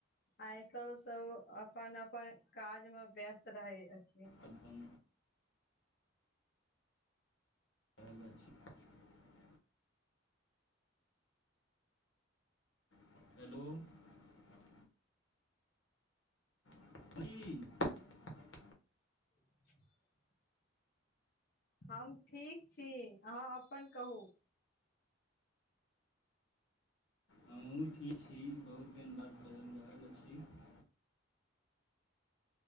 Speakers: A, on the left (about 50°); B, on the left (about 75°).
A: आइ काल्हि सब अपन अपन काज मे व्यस्त रहै अछि।
B: अपन <unintelligible> <inaudible> <inaudible>
A: <unintelligible> हम ठीक छी, अहाँ अपन कहू।
B: हमहूँ ठीक छी, बहुत दिन बाद बात भ रहल अछि।